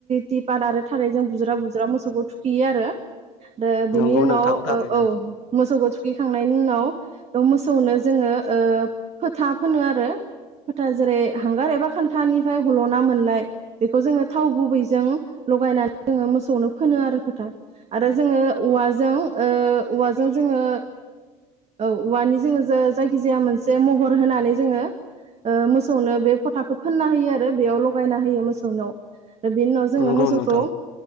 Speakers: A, on the right; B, on the left.
A: थि फार आरो थाराय जों बुज्राव बुजा मोसौखौ थुखैयो आरो द बिनि
B: नंगौ
A: उनाव
B: नोंथां
A: औ
B: थारैनो
A: औ मोसौखौ थु खैखांनायनि उनाव मो खौनो जोङो ओ फोथा फोनो आरो फोथा जेरै हांगार एबा खान्थानिफ्राय हल'ना मोननाय बेखौ जोङो थाव गुबैजों लगायनानै जोङो मोसौनो फोनो आरो फोथा आरो जोङो औवाजों औ औवा जों जोङो औ औवानि जोङो जायखिजाया मोनसे महर होनानै जोङो ओ मोसौनो बे फोथाखौ फोनना होयो आरो बेयाव ल'गायना होयो मोसौनाव। ओ बि जोङो
B: नंगौ
A: मोसौखौ
B: नोंथां